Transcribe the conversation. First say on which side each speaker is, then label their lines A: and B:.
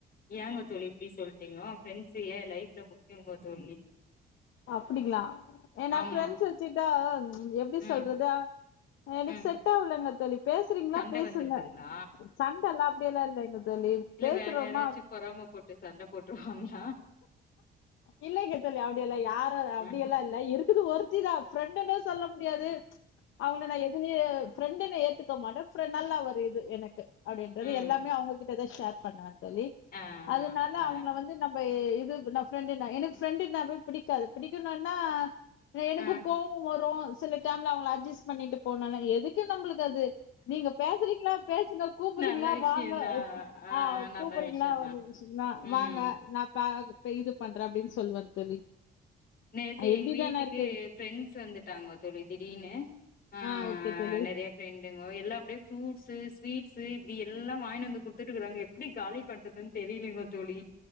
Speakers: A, on the left; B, on the left.
A: ஏங்க தோழி இப்டி சொல்ட்டீங்கோ பிரண்டஸ் ஏ லைப்ல முக்கியங்க தோழி
B: அப்படிங்களா ஏனா
A: ஆமா
B: பிரெண்ட்ஸ் வச்சுட்டா எப்டி
A: ம்
B: சொல்றது எனக்கு
A: ம்
B: செட் ஆகலங்க தோழி பேசுறீங்களா
A: சண்ட
B: பேசுங்க
A: வந்துருதுங்ளா
B: சண்டல்லா அப்படியெல்லா இல்லங்க தோழி
A: இல்ல
B: பேசுறோமா
A: வேற யாராச்சு பொறாம போட்டு சண்ட போட்ருவாங்ளா
B: இல்லலை கேத்தலி அப்படிய எல்லாம் யாரும் அப்படியெல்லாம்
A: ஆ
B: இல்லங்க தோழி அப்டியெல்லா யாரு அப்டியெல்லா இல்ல இருக்குது ஒருத்தி தா ப்ரெண்டனு சொல்ல முடியாது அவங்கள நா எதுலேயு ப்ரெண்டுன்னு ஏத்துக்க மாட்ட நல்லா ஒரு இது எனக்கு அப்படின்றது
A: ம்
B: எல்லாமே அவங்க இருந்தா ஷேர் பண்ணவ தோழி
A: ஆ
B: அதனால
A: ஆ நா
B: அவங்கள வந்து நம் இது நா ப்ரெண்ட்னா எனக்கு ஃப்ரெண்டு்னாவே பிடிக்காது பிடிக்கணுன்னா எனக்கு
A: ஆ
B: கோபம் வரும் சில டைம்ல அவங்கள அஜஸ்ட் பண்ணிட்டு போனுன எதுக்கு நம்மளுக் நீங்க பேசுறீங்களா பேசுங்க கூப்பறீங்களா
A: நல்ல விஷ்யந்தா
B: வாங்க ஆ
A: நல்ல
B: கூப்பறீங்களா
A: விஷ்யந்தா ம்
B: வாங்க ந இப்ப இது பண்ற அப்படின்னு சொல்லுவன் தோழி
A: நேத்து
B: எப்டிதானே
A: எங் வீட்டுக்கு
B: இருக்கு
A: எ ஃப்ரெண்ட்ஸ் வந்துட்டாங்க தோழி திடீர்னு ஆஹ்
B: ஆ ஓகே தோழி
A: நெறைய ஃப்ரெண்டுங்க எல்லா அப்டியே ஃப்ரூட் சு ஸ்வீட்ஸ்ஸு இப்டி எல்லா வாங்கினு வந்து குடுத்துட்டு வராங்க எப்டி காலி பண்றதுன் தெரியலைங்க தோழி